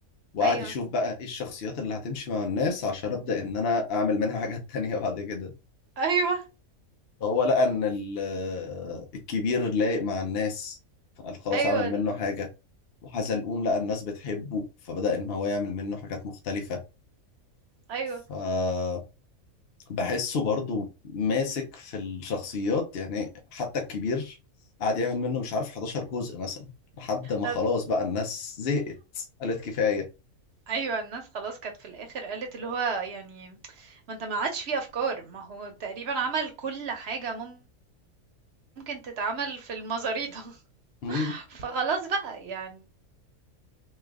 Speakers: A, on the left (about 55°); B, on the right (about 50°).
A: وقعد
B: أيوه،
A: يشوف بقى ايه الشخصيات اللي هتمشي مع الناس عشان ابدأ ان انا اعمل منها <laughs> حاجات تانية بعد كده
B: أيوه،
A: فهو لقى ان ال- الكبير لايق مع الناس فقال خلاص
B: أيوه،
A: اعمل منه
B: ال
A: حاجة وحزلقوم لقى الناس بتحبه فبدأ ان هو يعمل منه حاجات مختلفة
B: أيوه.
A: ف بحسه برضو ماسك في الشخصيات يعني حتى الكبير قعد يعمل منه مش عارف 11 جزء مثلا لحد ما
B: لا
A: خلاص بقى الناس زهقت قالت كفاية
B: أيوه، الناس خلاص كانت في الآخر قالت اللي هو يعني ما أنت ما عادش في أفكار، ما هو تقريبًا عمل كل حاجة مم- ممكن تتعمل في المزاريطة، <laughs>
A: مم.
B: فخلاص بقى يعني